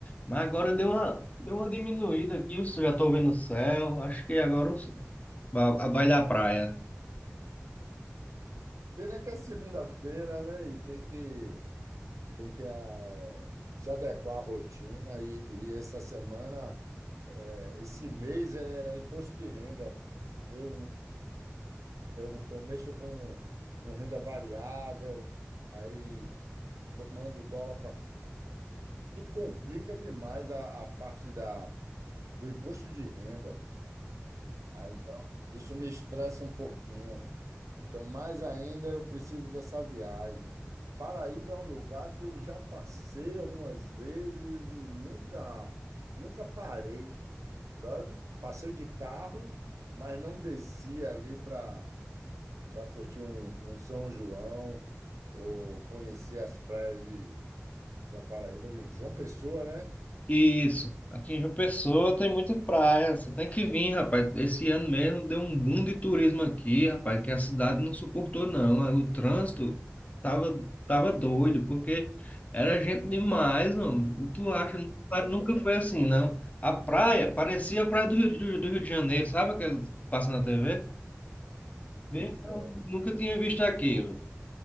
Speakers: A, on the left; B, on the right.
A: Mas agora deu uma, deu uma diminuída aqui, eu já tô vendo o céu, acho que agora o- vai vai dar praia.
B: Pena que é segunda-feira, né? E tem que, tem que eh, se adequar à rotina. E, e essa semana, eh, esse mês é imposto de renda. Eu Eu, eu mexo com, com renda variável, aí bo- mando o dólar para fora. Tudo complica demais a, a parte da, do imposto de renda. Ah, então, isso me estressa um pouquinho. Então, mais ainda, eu preciso dessa viagem. Paraíba é um lugar que eu já passei algumas vezes e nunca, nunca parei, sabe? Passei de carro, mas não desci ali para para curtir um, um São João ou conhecer as praias de, da Paraíba, de João Pessoa, né?
A: Isso. Aqui em João Pessoa tem muita praia. Você tem que vir, rapaz. Esse ano mesmo deu um boom de turismo aqui, rapaz, que a cidade não suportou, não. O trânsito tava, tava doido, porque era gente demais, mano. E Tu acha, nunca foi assim, não. A praia parecia a praia do Rio, de- do Rio de Janeiro, sabe aquele que passa na TV?
B: Ah,
A: Bem,
B: pois é.
A: nunca tinha visto aquilo.